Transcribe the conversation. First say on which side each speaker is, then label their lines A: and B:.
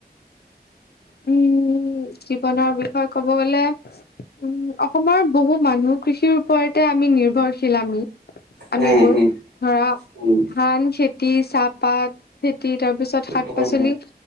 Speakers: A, on the left; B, on the right.
A: উম। জীৱনৰ বিষয়ে ক'ব গ'লে উম। অসমৰ বহু মানুহ কৃষিৰ ওপৰতে আমি নিৰ্ভৰশীল আমি।
B: উম
A: আমিবোৰ।
B: হুম
A: ধৰা
B: উম
A: ধান, খেতি, চাহপাত খেতি, তাৰপিছত শাক
B: উম
A: পাচলি,